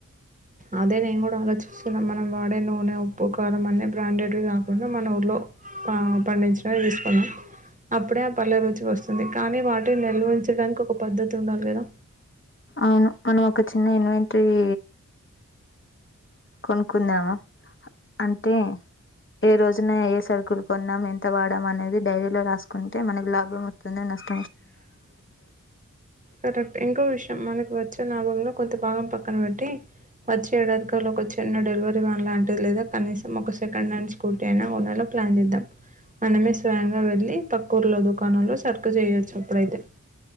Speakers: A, on the right; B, on the left.
A: అదే నేన్ కూడ ఆలోచి అసలు మనం వాడే నూనె ఉప్పు కారం అనే బ్రాండెడ్ కాకుండా మన ఊళ్లో పండించ యూస్ పం అప్పుడే అప్పు పల్లె రుచి వస్తుంది కానీ వాటిని నిల్వించడానికి ఒక పద్ధతి ఉండాలి కదా
B: అవును మనం ఒక చిన్న ఇన్వెంటరీ కొనుక్కుందామా అంటే ఏ రోజున ఏ సరుకులు కొన్నాం ఎంత వాడాం అనేది డైరీలో రాసుకుంటే మనకి లాభం వస్తుంద నష్ట
A: కరెక్ట్ ఎంగ విషయంం మనకు వచ్చ జనాభంలో కొంత భాగం పక్కన పెట్టి వచ్చే ఏడాదిగాలో ఒక చిన్న డెలివరీ వ్యాన్ లాంటిది లేదా కనీసం ఒక సెకండ్ హ్యాండ్ స్కూటీ అయినా కొండలో ప్లాన్ చేద్దాం మనమే స్వయంగా వెళ్ళి పక్కూర్లో దుకాణాల్లో సరుకు చేయవచ్చు అప్పుడైతే